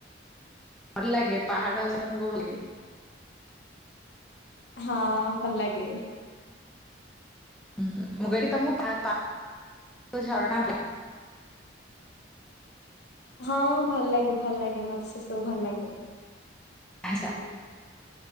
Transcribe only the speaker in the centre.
ଭଲ ଲାଗେ ପାହାଡ ଚଢିବାକୁ ଭଲ ଲାଗେ।
ହଁ ମୁଁ କହିଲି ତମୁକୁ ଫାକ୍ ପା ଝରଣା
ଆଛା।